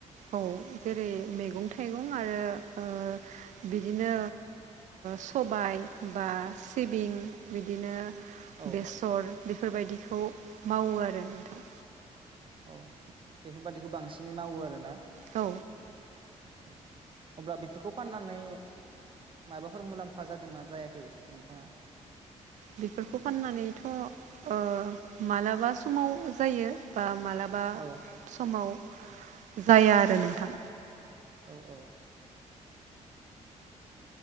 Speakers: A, on the right (about 70°); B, on the right (about 40°).
A: औ जेरै मैगं थाइगं आरो बिदिनो सबाय बा सिबिं बिदिनो
B: औ
A: बेसर बेफोरबायदिखौ मावो आरो नोंथां
B: औ बेफोरबादिखौ बांसिनै मावो आरोोना
A: औ
B: औ अब्ला बेफोरखौ फाननानै माबाफोर मुलाम्फा जादोंना जायाखै नोंथाङा
A: बेफोरखौ फाननानैथ' मालाबा समाव जायो बा मालाबा
B: औ
A: बा समाव जाया आरो नोंथां
B: औ औ